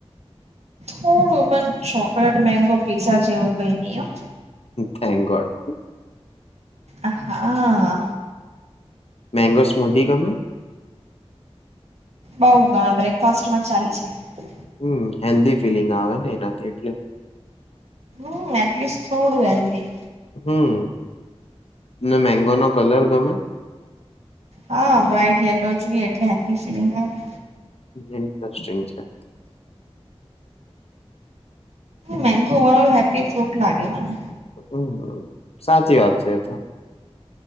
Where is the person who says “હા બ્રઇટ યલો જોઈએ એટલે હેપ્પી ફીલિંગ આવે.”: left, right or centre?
Right